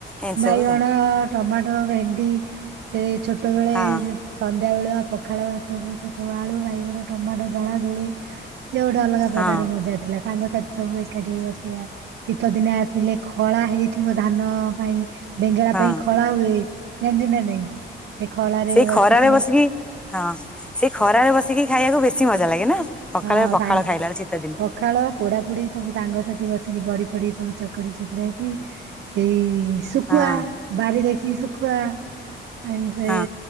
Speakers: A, in the centre; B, on the right.
A: ଏମିତି
B: ବାଇଗଣ
A: ସବୁ ଆଉ
B: ଟମାଟୋ ଭେଣ୍ଡି ସେ ଛୋଟବେଳେସ
A: ହଁ
B: ବେଳୁଆ ପଖାଳ ହାତକୁ ସେସବୁ ଆଳୁ ବାଇଗଣ ଟମାଟୋ ଦଳା ଦୁଳି। ସେ ଗୋଟେ ଅଲଗା
A: ହଁ
B: ପ୍ରକାର ମଜା ଥିଲା ସାଙ୍ଗସାଥି ସବୁ ଏକାଠି ହେଇ ବସିବା ଶୀତ ଦିନେ ଆସିଲେ ଖଳା ହେଇଥିବ ଧାନ ପାଇଁ। ବେଙ୍ଗେଳା
A: ହଁ।
B: ପାଇଁ ଖଳା ହୁଏ ଜାଣିଚନ୍ତି ନା ନାଇଁ? ସେ ଖଳାରେ
A: ସେଇ ଖରାରେ
B: ଭାତ
A: ବସିକି ହଁ ସେଇ ଖରାରେ ବସିକି ଖାଇବାକୁ ବେଶୀ ମଜା ଲାଗେ ନା? ପଖାଳରେ
B: ହଁ
A: ପଖାଳ
B: ସାଙ୍ଗ
A: ଖାଇଲା ବେଳେ ଶୀତ ଦିନେ
B: ପଖାଳ ପୋଡାପୋଡି ସବୁ ସାଙ୍ଗସାଥି ବସ ବଡି ଫଡି ସବୁ ଚକଡି ଚୁକୁଡାକି ସେଇ ଶୁକୁଆ
A: ହଁ
B: ବାରି ଦେଖିକି ଶୁଖୁ ସୁଖୁଆ ଆଇ ସେ
A: ହଁ